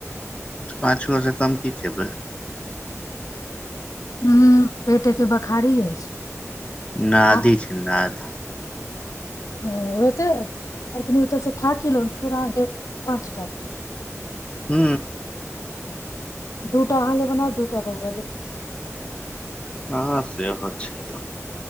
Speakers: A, on the left (about 20°); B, on the left (about 80°).
A: पाँच गोऽ सँ कम की खेबै
B: हु पेटे के ब खारी अछि
A: नदी
B: आख
A: छै नाद
B: हँ ओते अखनि ओतअ सँ खा कऽ की एलो फेर अहाँके पाँच टा
A: हु
B: दूटा अहाँ ल बना दूटा बोआ ल
A: हँ सेहो छै